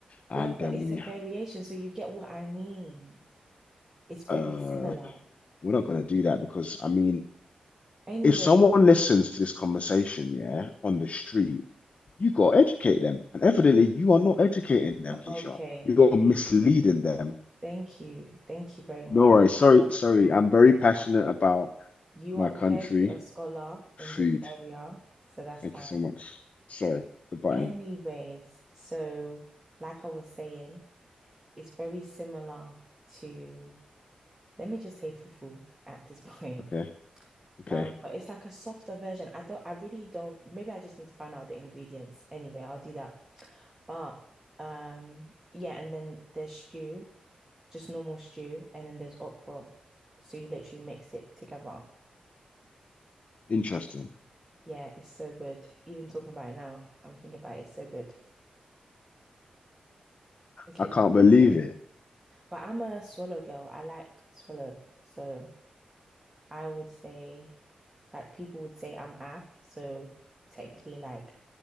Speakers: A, on the left; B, on the right.
A: And
B: Yeah, but
A: then
B: it's
A: we,
B: a variation, so you get what I mean. It's very
A: uh,
B: similar.
A: we're not going to do that because, I mean,
B: Anyway,
A: if someone listens to this conversation, yeah, on the street, you got to educate them. And evidently, you are not educating them, Keisha.
B: okay,
A: You're
B: okay.
A: misleading them.
B: Thank you. Thank you very much,
A: No worries. Sorry,
B: scholar,
A: sorry. I'm very passionate
B: scholar.
A: about
B: You
A: my
B: are
A: country,
B: clearly a scholar
A: food.
B: in this area, so that's
A: Thank
B: fine.
A: you so much. Sorry, the button.
B: Anyways, so like I was saying, it's very similar to, let me just say fufu at this <laughs> point.
A: Okay, okay.
B: Um, but it's like a softer version. I don't, I really don't, maybe I just need to find out the ingredients. Anyway, I'll do that. But um, yeah, and then there's stew, just normal stew, and then there's okra. So you literally mix it together.
A: Interesting.
B: Yeah, it's so good. Even talking about it now, I'm thinking about it, it's so good. It's literally
A: I can't
B: so
A: believe
B: good.
A: it.
B: But I'm a swallow girl. I like swallow. So I would say, like people would say I'm AF, so technically like